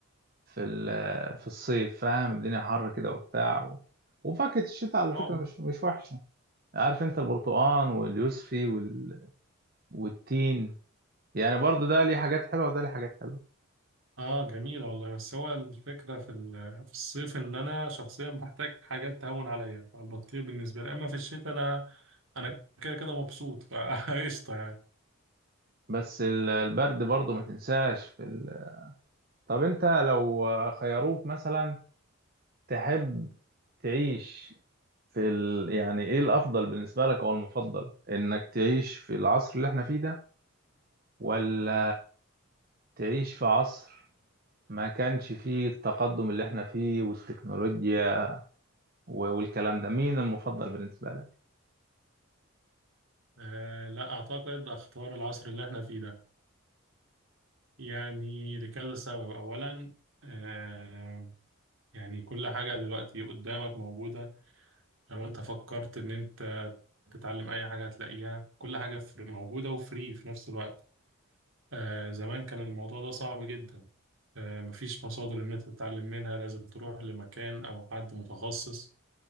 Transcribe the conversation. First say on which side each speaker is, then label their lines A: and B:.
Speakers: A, on the right (about 45°); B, on the right (about 60°).
A: في ال في الصيف فاهم الدنيا حر كده وبتاع و... وفاكهة الشتاء على
B: آه.
A: فكرة مش مش وحشة عارف انت البرتقال واليوسفي وال... والتين يعني برضو ده ليه حاجات حلوة وده ليه حاجات حلوة
B: اه جميلة والله بس هو الفكرة في ال- في الصيف ان انا شخصيا بحتاج حاجات تهون عليا فالبطيخ بالنسبة لي اما في الشتاء انا انا كده كده مبسوط <laughs> فقشطة يعني
A: بس ال- البرد برضو ما تنساش في ال... طب انت لو خيروك مثلا تحب تعيش في ال... يعني ايه الافضل بالنسبه لك او المفضل انك تعيش في العصر اللي احنا فيه ده ولا تعيش في عصر ما كانش فيه التقدم اللي احنا فيه والتكنولوجيا و- والكلام ده مين المفضل بالنسبه لك
B: آه لا اعتقد اختار العصر اللي احنا فيه ده يعني لكذا سبب اولا آه يعني كل حاجة دلوقتي قدامك موجودة لو انت فكرت ان انت تتعلم اي حاجة هتلاقيها كل حاجة فر- موجودة وفري في نفس الوقت آه زمان كان الموضوع ده صعب جدا آه مفيش مصادر إن أنت تتعلم منها لازم تروح لمكان أو حد متخصص